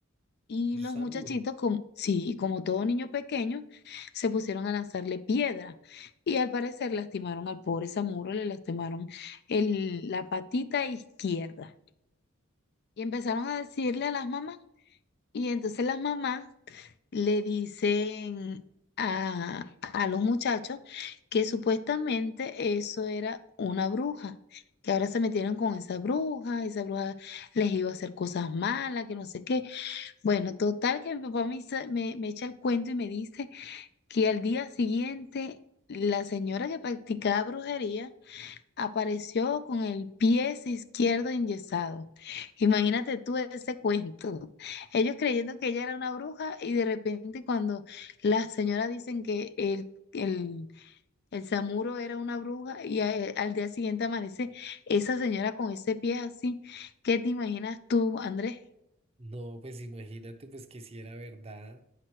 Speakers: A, on the left; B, on the right.
A: Y
B: un samuro.
A: los muchachitos, como, sí, como todo niño pequeño, se pusieron a lanzarle piedra. Y al parecer lastimaron al pobre samuro, le lastimaron el, la patita izquierda. Y empezaron a decirle a las mamás. Y entonces las mamás le dicen a, a los muchachos que supuestamente eso era una bruja, que ahora se metieron con esa bruja, esa bruja les iba a hacer cosas malas, que no sé qué. Bueno, total que mi papá me, hizo- me, me echa el cuento y me dice que al día siguiente la señora que practicaba brujería apareció con el pie izquierdo enyesado. Imagínate tú ese cuento. Ellos creyendo que ella era una bruja y de repente cuando las señoras dicen que el, el, el Samuro era una bruja y a- eh, al día siguiente amanece esa señora con ese pie así, ¿qué te imaginas tú, Andrés?
B: No, pues imagínate pues que si era verdad,